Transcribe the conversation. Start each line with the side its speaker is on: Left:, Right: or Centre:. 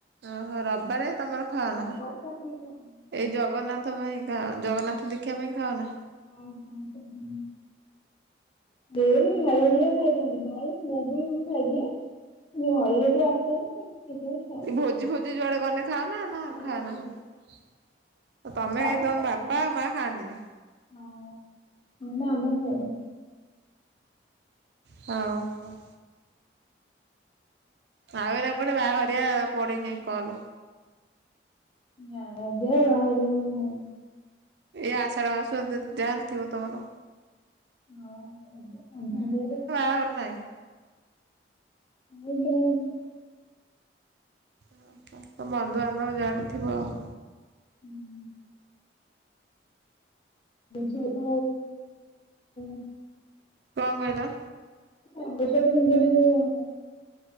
Right: ଓହୋ ରବିବାରେ ତମର ଖାଅନା
Left: ରବିବାରେତ ସିଏ ଖାଇ
Right: ଏଇ ଜଗନ୍ନାଥ ପାଇଁ ଖାଅ ଜଗନ୍ନାଥ ଦିକ୍ଷା ପାଇଁ ଖାଅନା।
Left: ହଁ ହଁ <unintelligible> <unintelligible> ଭାଇ ହେରିଆ ଖାଇଦିଅନ୍ତି ଭାଇ ମୁଁ ବି ଖାଇଦିଏ। ଯୋଉ ଘରେ ଯଦି ଆସୁନି ସେ
Right: ଭୋଜି ଫୋଜି ଯୁଆଡେ ଗନେ। ଖାଅନା ନା
Left: ବାପା
Right: ଖାଅ ନା ସୁଦୁ ତମେ
Left: ବୋଉ
Right: ତମ
Left: ଖାଇଛନ୍ତି।
Right: ବାପା ଆଉ ମା ଖାଆନ୍ତିନି।
Left: ହଁ ନା ଆମେ ଖାଇଦୋଉ।
Right: ହଁ ହଁ। ଆଉ ଏଇନା କୁଆଡେ ବାହାଘରିଆ ପଡିିନି କଲ।
Left: ନା ଏବେ ବାହାଘରିଆ କାଇଁ ନାହିଁ।
Right: ଏଇ ଆଷାଢ଼ ମାଷ ଯାହାର ଥିବ ତମର।
Left: ହଁ ଏବେ <unintelligible>
Right: ଆମର ନାହିଁ।
Left: <unintelligible>
Right: ଓ ହୋ ବନ୍ଧୁବାନ୍ଧବ ଜାଣି ଥିବ ଆଉ।
Left: ହୁଁ। ଛୁଆ ତ <unintelligible>
Right: କଁ କହିଲ।
Left: <unintelligible>